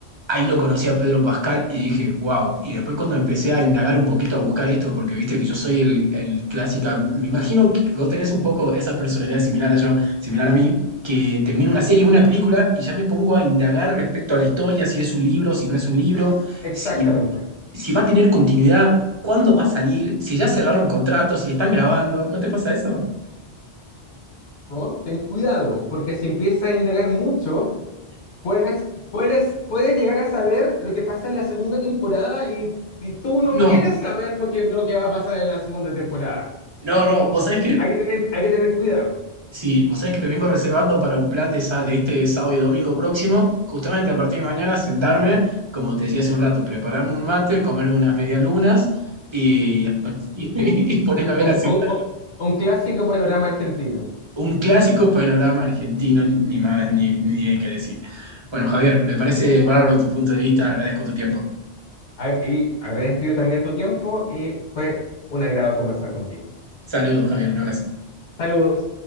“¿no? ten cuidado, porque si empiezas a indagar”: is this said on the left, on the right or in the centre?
Left